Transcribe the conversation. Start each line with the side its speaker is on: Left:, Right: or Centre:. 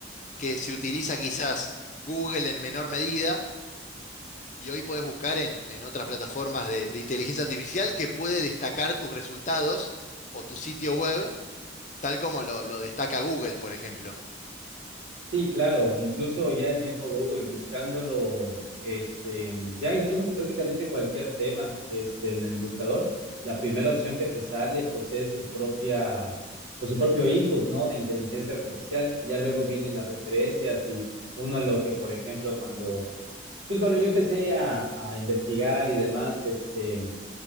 Left: que se utiliza quizás Google en menor medida Y hoy puedes buscar en, en otras plataformas de, de inteligencia artificial que puede destacar tus resultados o tu sitio web, tal como lo, lo destaca Google, por ejemplo.
Right: Sí, claro, incluso ya el mismo Google buscándolo, este, ya incluso prácticamente cualquier tema, este, en el buscador, la primera opción que te sale, pues es su propia, pues su propio input, ¿no? De inteligencia artificial. Ya luego vienen las referencias y uno a lo que, por ejemplo, cuando, pues cuando yo empecé a, a investigar y demás, este,